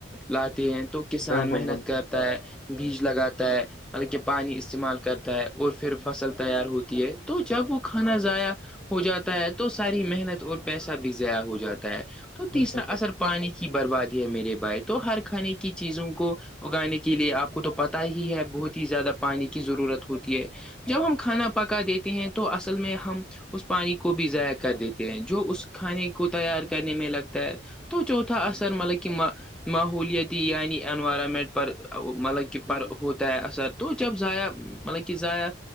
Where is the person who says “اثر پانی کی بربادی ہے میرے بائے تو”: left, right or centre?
Centre